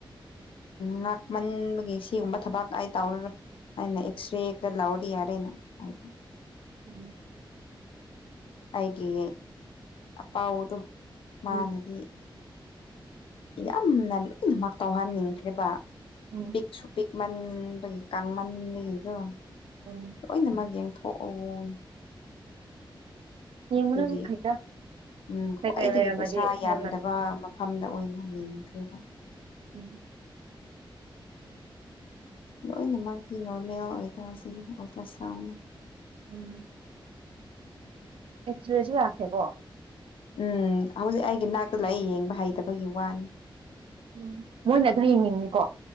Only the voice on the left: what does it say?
ꯉꯥꯛꯃꯟꯕꯒꯤ ꯁꯤꯒꯨꯝꯕ ꯊꯕꯛ ꯑꯩ ꯇꯧꯔꯔꯦꯢ ꯑꯅ ꯑꯦꯛꯁꯔꯦꯗ ꯂꯧꯔꯦꯗꯤ ꯌꯥꯔꯦꯅ ꯍꯥꯢꯕ
ꯑꯩꯒꯤ ꯄꯥꯎꯗꯣ ꯃꯥꯅꯗꯤ
ꯌꯥꯝꯅ ꯂꯣꯏꯅꯃꯛ ꯇꯧꯍꯟꯅꯤꯡꯈ꯭ꯔꯤꯕ
ꯄꯤꯛꯁꯨ ꯄꯤꯛ ꯃꯟꯕꯒꯤ ꯀꯥꯡꯃꯟꯕꯒꯤꯀꯣ
ꯂꯣꯏꯅꯃꯛ ꯌꯦꯡ ꯊꯣꯛꯎꯟ
ꯑꯗꯨꯒꯤ
ꯎꯝ
ꯈ꯭ꯋꯥꯏꯗꯒꯤ
ꯄꯩꯁꯥ ꯌꯥꯝꯗꯕ
ꯃꯐꯝꯗ ꯑꯣꯏꯅ ꯌꯦꯡꯈ꯭ꯔꯦꯕ
ꯂꯣꯏꯅꯃꯛꯇꯤ ꯅꯣꯔꯃꯦꯜ ꯑꯣꯏꯗ ꯍꯧꯖꯤꯛ ꯑꯜꯇ꯭ꯔ ꯁꯥꯎꯟꯅꯤ
ꯎꯝ ꯍꯧꯖꯤꯛ ꯑꯩꯒꯤ ꯅꯥꯛꯇꯨꯗ ꯃꯩ ꯌꯦꯡꯕ ꯍꯩꯇꯕꯒꯤ ꯋꯥꯅꯤ